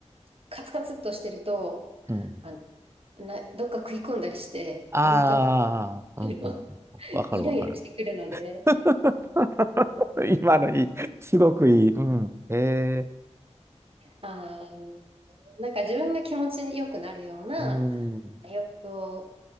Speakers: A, on the right; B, on the right.
A: カツカツっとしてると、
B: うん。
A: あ、な、どっか食い込んだりして、
B: ああ、
A: お腹、<laughs> イ
B: うん、うん、うん。わかるわかる。
A: ライラしてくるので、
B: <laughs> 今のいい。すごくいい。うん。へえ。
A: あー、なんか自分が気持ちよくなるような
B: うん。
A: 洋服を